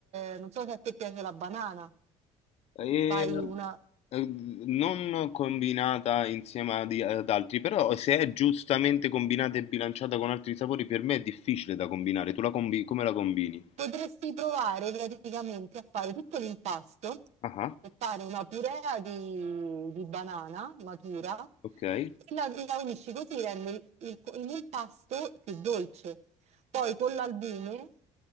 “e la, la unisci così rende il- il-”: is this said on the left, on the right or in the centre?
Right